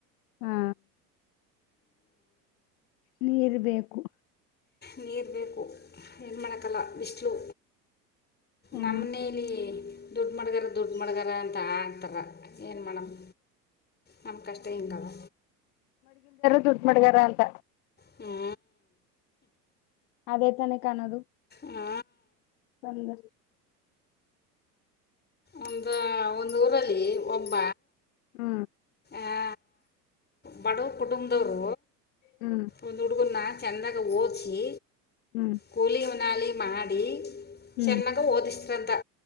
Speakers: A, on the left (about 55°); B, on the left (about 20°).
A: ಹಾ ನೀರ್ ಬೇಕು
B: ನೀರು ಬೇಕು ನೀರ್ ಮಾಡಕ್ಕಲ್ಲ ಬಿಸಲು
A: ಹ್ಮ್
B: ನಮ್ಮನೇೆಯಲ್ಲಿ ದುಡ್ಡು ಮಾಡಗಾರ ದುಡ್ಡು ಮಾಡಗಾರ ಆತಾರ ಏನು ಮಾಡಮ್ಮ ನಮ್ಮ ಕಷ್ಟ ಹಿಂಗದ
A: ದುಡ್ ಮಡಗಾರ ಅಂತ
B: ಹ್ಞೂ
A: ಅದೇ ತಾನೆ ಕಾಣೋದು
B: ಹ್ಞೂ
A: ನಲ್ಲ
B: ಒಂದ ಒಂದ್ ಊರಲ್ಲಿ ಒಬ್ಬ
A: ಹ್ಮ
B: ಹಾ ಬಾಡುವ್ರು ಕುಟುಂದವ್ರು
A: ಹ್ಮ್
B: ಒಂದು ಹುಡುಗುನ್ನ ಚಂದಗ ಓದಿಸಿ
A: ಹ್ಮ್
B: ಕೂಲಿ ಉನಾಲಿ ಮಾಡಿ
A: ಹ್ಮ್
B: ಚೆನ್ನಾಗ ಓದಿಸ್ರದ ಅಂತಾ